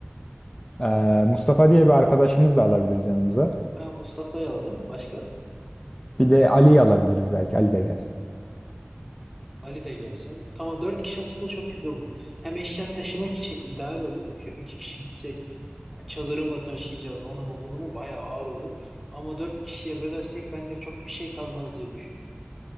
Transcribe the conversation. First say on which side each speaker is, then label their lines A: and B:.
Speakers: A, on the left; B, in the centre.
A: Ee, Mustafa diye bir arkadaşımız da alabiliriz yanımıza.
B: ha, Mustafa'yı alalım. Başka?
A: Bir de Ali'yi alabiliriz belki. Ali de gelsin.
B: Ali de gelsin. Tamam dört kişi aslında çok güzel olur. Hem eşya taşımak için ideal olur. Şu iki kişi gitsek çadırı mı taşıyacağız onu mu bunu mu bayağı ağır olur. Ama dört kişiye bölersek bende çok bir şey kalmaz diye düşünüyorum.